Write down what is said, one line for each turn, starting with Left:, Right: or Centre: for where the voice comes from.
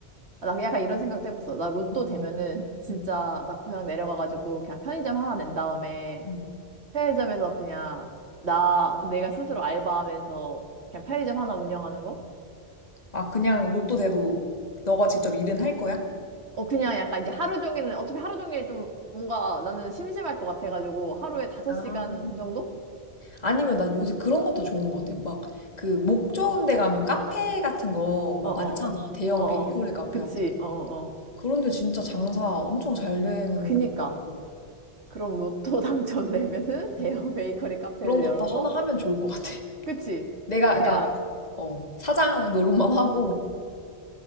Right: 아, 나 약간 이런 생각도 해봤어. 나 로또
Left: 응
Right: 되면은 진짜
Left: 응
Right: 나 고향 내려가가지고 그냥 편의점 하나 낸 다음에
Left: 응.
Right: 편의점에서 그냥 나 내가 스스로 알바하면서 그냥 편의점 하나 운영하는 거?
Left: 아, 그냥 로또 돼도 너가 직접 일은 할 거야?
Right: 어 그냥 약간 이제 하루 종일은 어차피 하루 종일 좀 뭔가 나는 심심할 것 같아가지고 하루에 다섯
Left: 아.
Right: 시간 정도?
Left: 아니면 난 요새 그런 것도 좋은 것 같아. 막 그 목 좋은 데 가면 카페 같은 거
Right: 어
Left: 막
Right: 어어
Left: 많잖아. 대형
Right: 어어
Left: 베이커리 카페
Right: 그치
Left: 같은 거.
Right: 어어어
Left: 그런데 진짜 장사 엄청 잘 되는
Right: 그니까
Left: 것 같고
Right: 그럼 로또 <laughs> 당첨되면은 대형
Left: 음,
Right: 베이커리 카페를
Left: 그런 것도
Right: 열어서
Left: 하나 하면 좋을 것 같아. <laughs>
Right: 그치
Left: 내가
Right: 그냥
Left: 그러니까 어, 사장 노릇만 하고